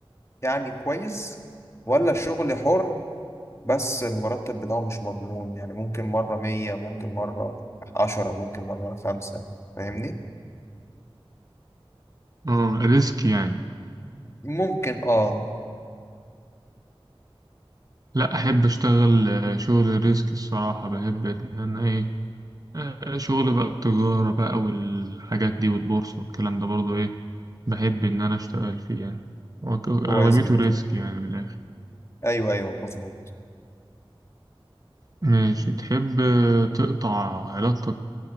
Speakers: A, on the left; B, on the right.
A: يعني كويس ولا شغل حر بس المرتب بتاعه مش مضمون يعني ممكن مرة مية ممكن مرة عشرة ممكن مرة خمسة فاهمني
B: اه ريسك يعني
A: ممكن اه
B: لا أحب أشتغل آه، شغل ريسك الصراحة بحب إن أنا ايه آه، شغل بقى التجارة بقى والحاجات دي والبورصة والكلام ده برضه ايه بحب إن أنا أشتغل فيه يعني هو ك- أغلبيته
A: كويس جدا
B: ريسك يعني من الآخر
A: ايوه ايوه مظبوط
B: ماشي تحب آه، تقطع علاقتك